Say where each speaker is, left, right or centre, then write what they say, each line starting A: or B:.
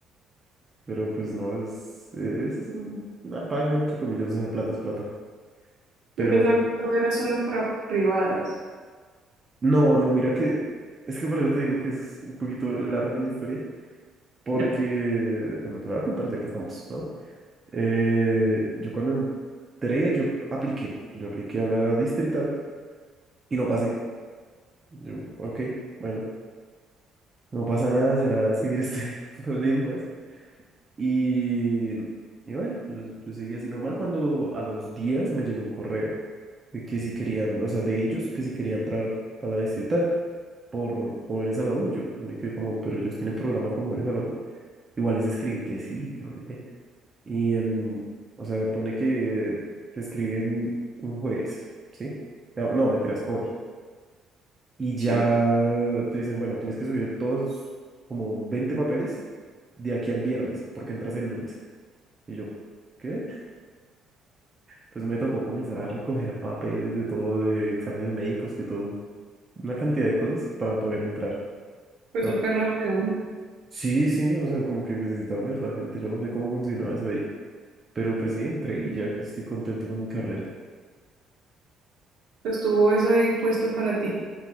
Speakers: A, on the right; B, on the right.
A: pero pues no, es, es, es un- una paga, entre comillas, o sea, plata es plata. Pero
B: Yo pensaba que todo era solo para privadas.
A: no, no, mira que, es que por eso te digo que es un poquito larga la historia Porque,
B: Ya.
A: bueno, te lo voy a contar ya que estamos, ¿no? Eh, yo cuando entré, yo apliqué, yo apliqué a la distrital y no pasé. Yo, ok, bueno, no pasa nada, será seguir <laughs> estudiando lenguas. Y, y bueno, yo, yo seguí así normal cuando a los días me llegó un correo de que si querían, o sea, de ellos, que si querían entrar a la distrital por jóvenes a la U. Yo me quedé como, pero ellos tienen programa con jóvenes a la U. Igual les escribí que sí, que no sé qué. Y, em, o sea, pone que te escribí en un jueves, ¿sí? Ya- No, mentiras, hoy. Y ya
B: Sí,
A: te dicen, bueno, tienes que subir todos como 20 papeles de aquí al viernes, porque entras el lunes. Y yo, ¿qué? Pues me tocó comenzar a recoger papeles de todo, de exámenes médicos, que todo, una cantidad de cosas para poder entrar.
B: pues
A: Pero
B: súper
A: bueno,
B: rápido.
A: sí, sí, o sea, como que necesitaban de verdad gente. Yo no sé cómo funcionaba eso ahí. Pero pues sí, entré y ya que estoy contento con mi carrera.
B: Estuvo eso ahí puesto para ti.